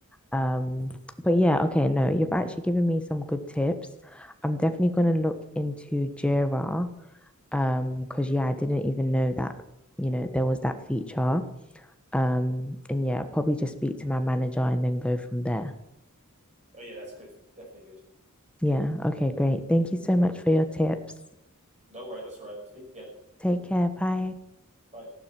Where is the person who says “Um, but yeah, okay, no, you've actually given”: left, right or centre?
Centre